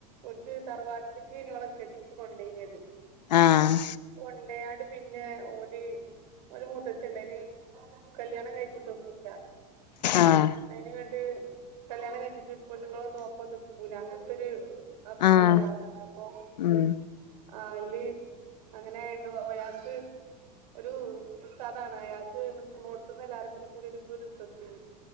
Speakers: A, on the right; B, on the left.
A: ഒൽക്ക്തറവാട്ടിലേക്ക് നോളൊ കെട്ടിച്ചു കൊണ്ടയ്നത്
B: ആഹ്
A: ഒണ്ടയാട് പിന്നെ ഓല് ഓല മൂത്തച്ഛണ്ട്‌യ്ന് കല്യാണം കഴിച്ചിട്ടൊന്നുല്ല
B: ആഹ്
A: അയിന്ങ്ങട്ട് കല്യാണം കഴിച്ചിട്ട് പെണ്ണുങ്ങളൊന്നും ഒപ്പൊം നിക്കൂല അങ്ങനത്തെര് അസുഖള്ള
B: ആഹ്
A: ഒരാളാണ് അപ്പൊ
B: ഉം
A: ആയില് അങ്ങനെനോഅയാൾക്ക് ഒരു ഉസ്താദ്അയാക്ക് നിക്കുണോട്ത്ത്ന്ന്എല്ലാരും കൂടി കൂടി ഒരു വീട്ഇട്ത്ത്ടുത്തീനു